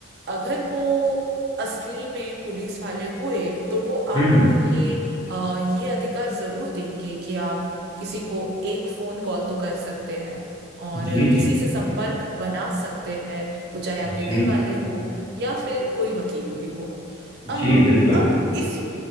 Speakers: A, on the right; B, on the left.
A: अगर वो असली में पुलिस वाले हुए तो वो आपको
B: हम्म हम्म
A: ये अ, ये अधिकार जरूर देंगे कि आप किसी को एक फोन कॉल तो कर सकते हैं और
B: जी
A: अ, किसी
B: जी
A: से संपर्क बना सकते हैं वो चाहे आपके
B: जी
A: घर वाले हो या फिर कोई वकील भी हो अम,
B: जी बिल्कुल
A: अब इसी